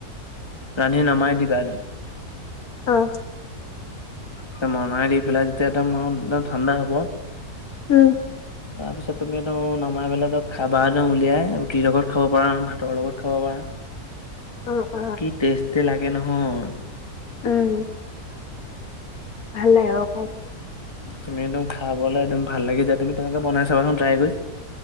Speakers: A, on the left; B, on the left.
A: ৰান্ধি নামাই দিবা একদম।
B: অ'।
A: নমাই দি পেলাই যেতিয়া একদম আও একদম ঠাণ্ডা হ'ব।
B: উম।
A: তাৰপিছত তুমি একদম নমাই পেলাই একদম খাবা একদম উলিয়াই। ৰুটিৰ লগত খাব পাৰা, ভাতৰ লগত খাব পাৰা।
B: <unintelligible>
A: কি টেষ্টে লাগে নহয়।
B: উম। ভাল লাগে <unintelligible>
A: তুমি একদম খাবলে একদম ভাল লাগি যায় তুমি তেনেকে বনাই চাবাচোন ট্ৰাই কৰি।